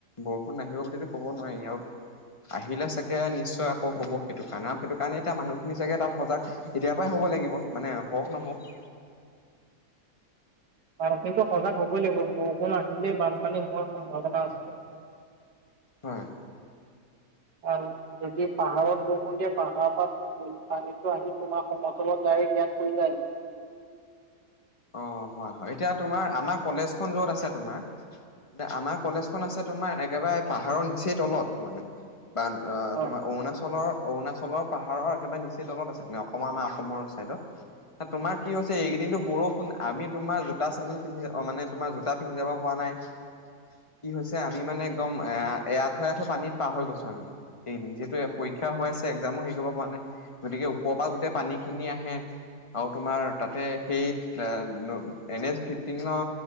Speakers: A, on the left (about 20°); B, on the right (about 75°).
A: বৰষুণ নাহিব বুলিতো ক'ব নোৱাৰি, আৰু আহিলে চাগে নিশ্চয় আকৌ হ'ব সেইটো খানা সেইটো কাৰণে এতিয়া মানুহখিনি চাগে তাত সজাগ এতিয় পৰাই হ'ব লাগিব, মানে হওক নহওক।
B: বাৰুসেইটো সজাগ হবই লাগিব, বৰষুণ আহিলে বানপানী হোৱাৰ সম্ভাৱনা আছে। <inaudible>
A: হয়
B: অহ যদি পাহাৰত বৰষুণ দিয়ে পাহাৰৰ পৰা উম পানীটো আহি তোমাৰ সমতলত ডাইৰেক্ট এইয়াত পৰি যায় হি।
A: অঁ হয় হয়, এতিয়া তোমাৰ আমাৰ কলেজখন যত আছে তোমাৰ এয়া আমাৰ কলেজখন আছে তোমাৰ একেবাৰে পাহাৰৰ নিচেই তলত মানে, বান আঁ
B: হয়
A: তোমাৰ অৰুণাচলৰ অৰুণাচলৰ পাহাৰৰ একেবাৰে নিচেই তলত আছে মানে অসমৰ আমাৰ অসমৰ চাইডত। তোমাৰ কি হৈছে এইকদিনো বৰ ষূণ আমি তোমাৰ জোতা চেন্দডেল পিন্ধি যাব মানে তোমাৰ জোতা পন্ধি যাব পৰা নাই। কি হৈছে আমি মানে একদম একদম এৰাআঠো এৰাআঠো পানীত পাৰ হৈ গৈছো আমি এইকেদিন, যিহ- তু পৰীক্ষা হৈ আছে, এক্সামো হেৰি কৰিব পৰা নাই। গতিকে ওপৰৰ পৰা গোটেই পানীখিনি আহে আৰু তোমাৰ তাতে সেই এ এন এছফিফটিনৰ।